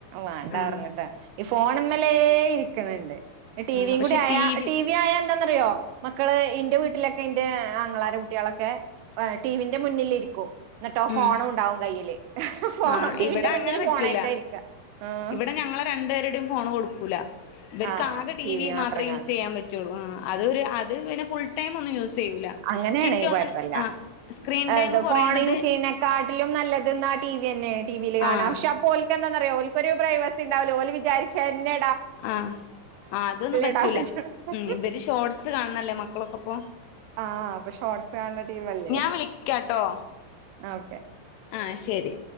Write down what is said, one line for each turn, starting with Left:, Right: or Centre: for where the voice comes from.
Right: വേണ്ടാ
Left: ആഹ്
Right: പറഞ്ഞിട്ടാ ഈ ഫോണമ്മേലേ ഇരിക്കണണ്ട് ടിവിയും
Left: ആഹ് പക്ഷെ
Right: കൂടി ആയാ
Left: ടി വി
Right: എന്താന്നറിയോ മക്കള് ഇന്റെ വീട്ടിലൊക്കെ ഇന്റെ ആങ്ങളാര കുട്ടികളൊക്കെ- ടീ വി ന്റെ മുന്നിലിരിക്കും എന്നിട്ടോ ഫോണ്
Left: ഉം
Right: ഉണ്ടാവും കയ്യില് ഫോൺ
Left: ആഹ്
Right: ടിവിന്റെ
Left: ഇവിടെ
Right: മുന്നിൽ
Left: അങ്ങനെ പറ്റൂല
Right: ഫോണായിട്ടാ ഇരിക്ക ആഹ്
Left: ഇവിടെ ഞങ്ങളെ രണ്ട് പേരുടെയും ഫോണ് കൊടുക്കൂല്ല ഇവർക്ക്
Right: ആഹ്
Left: ആകെ ടി വി
Right: മാത്രം
Left: മാത്രമേ യൂസ്
Right: കാണും
Left: ചെയ്യാൻ പറ്റുള്ളൂ ആ അത് അത് പിന്നെ ഫുൾ ഫുൾ ടൈമ് ഒന്നും യൂസ് ചെയ്യൂല
Right: അങ്ങനെയാണേ
Left: പക്ഷെ എനിക്ക് തോന്നണ്
Right: കുഴപ്പല്ല
Left: ആഹ് സ്ക്രീൻ
Right: എന്താ
Left: ടൈം കുറയണത്
Right: ഫോൺ യൂസ് ചെയ്യതിനേക്കാട്ടിലും നല്ലത് ആഹ് ടി വി തന്നെ ടിവിൽ കാണാം
Left: ആഹ്
Right: പക്ഷെ അപ്പോ ഓർക്ക് എന്താന്ന് അറിയോ ഒരു പഉണ്ടാവൂല്ലാ ഓല് വിചാരിച്ചെന്നെ
Left: ആഹ് ആ അതൊന്നും പറ്റൂല
Right: ഇടാൻ പറ്റുള്ളൂ
Left: ഉം ഇവര് ഷോർട്സ് കാണണല്ലേ മക്കളൊക്കെ ളപ്പൊ
Right: ആഹ് അപ്പൊ ഷോർട്സ് കാണണ ടീം അല്ലേ
Left: ഞാൻ വിളിക്കാട്ടോ
Right: ഓക്കെ
Left: ആഹ് ശരി